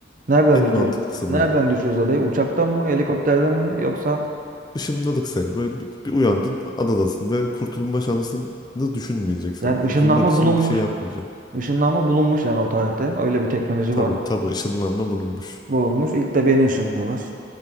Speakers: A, on the right; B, on the left.
A: Nereden
B: En mantıklısı
A: düşüyoruz? Nereden
B: böyle.
A: düşüyoruz adaya? Uçaktan mı? Helikopterden mi? Yoksa
B: ışınladık seni. Böyle bir, bir uyandın adadasın ve kurtulma şansını düşünmeyeceksin.
A: yani
B: Yani kurtulmak
A: ışınlanma
B: için
A: bulunmuş.
B: bir şey yapmayacaksın.
A: Işınlanma bulunmuş yani o tarihte. Öyle bir teknoloji
B: Tabii
A: var.
B: tabii ışınlanma bulunmuş.
A: Bulunmuş. İlk de beni ışınlıyorlar.